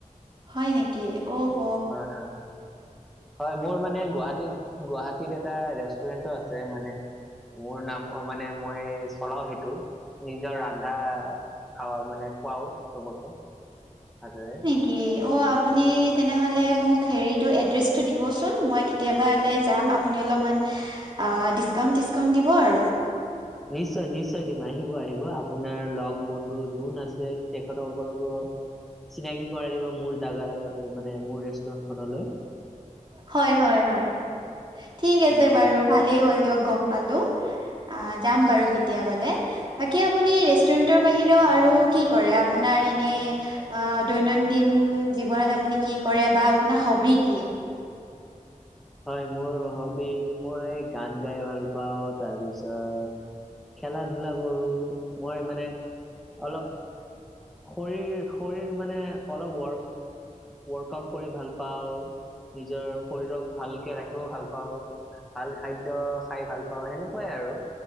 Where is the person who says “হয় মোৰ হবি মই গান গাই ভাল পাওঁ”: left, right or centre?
Centre